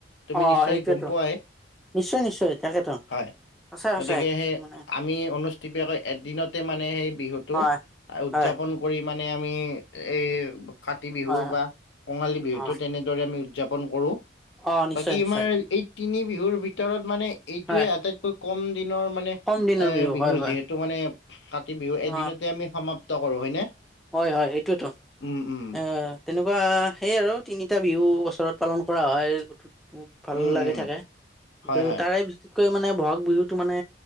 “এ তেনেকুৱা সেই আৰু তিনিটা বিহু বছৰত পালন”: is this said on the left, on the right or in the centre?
Centre